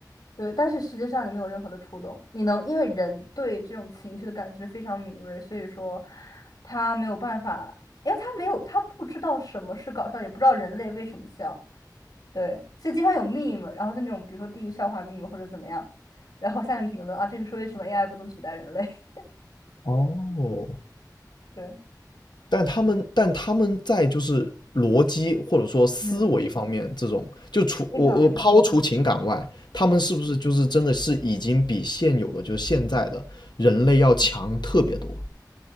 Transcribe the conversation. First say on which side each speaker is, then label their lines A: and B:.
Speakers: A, on the left; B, on the left.
A: 对，但是实际上你没有任何的触动，你能因为人对这种情绪的感知非常敏锐，所以说他没有办法，因为他没有，他不知道什么是搞笑，也不知道人类为什么笑。对，所以经常有 meme，然后就那种比如说地狱笑话 meme 或者怎么样，然后下面评论啊，这就是为什么 AI 不能取代人类。
B: 哦，
A: <laughs> 对，
B: 但他们但他们在就是逻辑或者说思维方面，
A: 嗯，
B: 这种就除我我抛除情感外，
A: 非常
B: 他们是不是就是真的是已经比现有的就是现在的人类要强特别多？
A: 对。